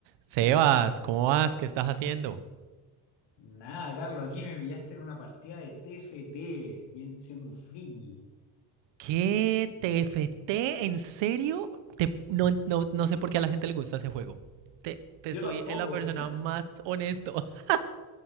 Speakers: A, on the right (about 80°); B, on the left (about 75°).
A: Sebas, ¿cómo vas? ¿Qué estás haciendo?
B: Nada, Carlos, aquí me pillaste en una partida de TFT, bien- siendo un friki.
A: ¿Qué? ¿TFT? ¿En serio? Te- no, no- no sé por qué a la gente le gusta ese juego. Te, te
B: Yo
A: soy
B: tampoco,
A: la persona más honesto. <laughs>